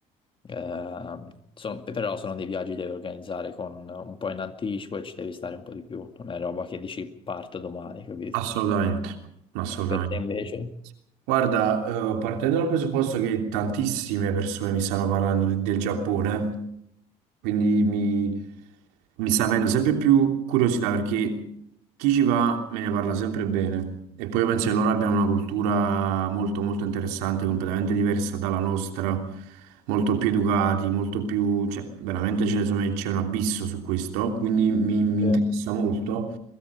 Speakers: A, on the left (about 35°); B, on the right (about 90°).
A: ehm, sono- però sono dei viaggi che devi organizzare con un po' in anticipo e ci devi stare un po' di più. Non è roba che dici parto domani, capito?
B: assolutamente, assolutamente.
A: Per te invece?
B: Guarda, eh, partendo dal presupposto che tantissime persone mi stanno parlando de- del Giappone, quindi mi, Mi sta avendo sempre più curiosità perché chi ci va me ne parla sempre bene. E poi io penso che loro abbiano una cultura molto molto interessante, completamente diversa dalla nostra, molto più educati, molto più... cioè, veramente c'è insomma, c'è un abisso su questo, quindi mi, mi
A: sì.
B: interessa molto.